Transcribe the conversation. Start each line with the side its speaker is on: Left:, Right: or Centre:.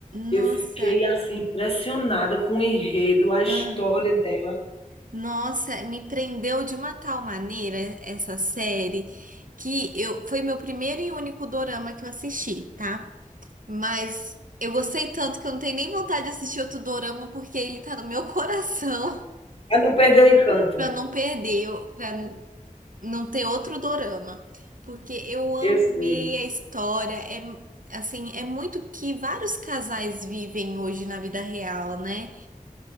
Left: Eu
Right: Nossa,
Left: fiquei, assim, impressionada com o enredo, a história
Right: ah,
Left: dela.
Right: nossa, me prendeu de uma tal maneira essa série que eu foi meu primeiro e único dorama que eu assisti, tá? Mas eu gostei tanto que eu não tenho nem vontade de assistir outro dorama porque ele tá no meu coração
Left: ela não perdeu o encanto.
Right: <laughs> pra não perder, eu- pra não ter outro dorama, porque eu amei
Left: Eu sei.
Right: a história, é assim, é muito que vários casais vivem hoje na vida real, né?